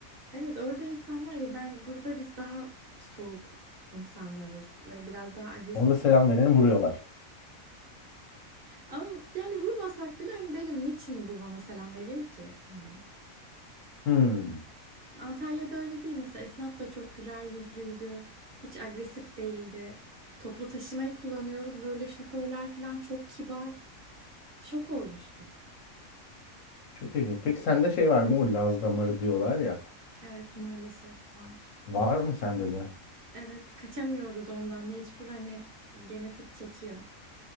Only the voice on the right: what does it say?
Evet, orada insanlar ya ben burada biz daha soğuk insanlarız ve biraz daha agresif
insan.
Ama yani vurmasak bile hani derim niçin bu bana selam veriyor ki hani.
Antalya'da öyle değil. Mesela esnaf da çok güler yüzlüydü. Hiç agresif değildi. Toplu taşımayı kullanıyoruz. Böyle şoförler falan çok kibar. Şok olmuştum.
Evet maalesef var.
Evet kaçamıyoruz ondan mecbur hani genetik çekiyor.